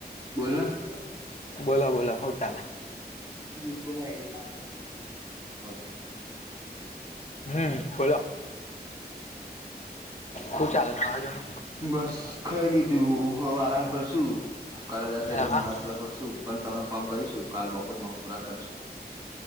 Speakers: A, on the right (about 25°); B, on the left (about 45°).
A: બોલના
B: બોલો બોલો હો ચાલે
A: ડી <unintelligible> બલ
B: હમ્મ બોલો શું ચાલે તરાજોને
A: બસ ખરી લીધું હવ આરામ કરશું કર જશે એટલે
B: હા હારું
A: મોડા ખરા પડશું પણ તમને ફોન કરીશું કાલ બપોર પૂરા કરીશું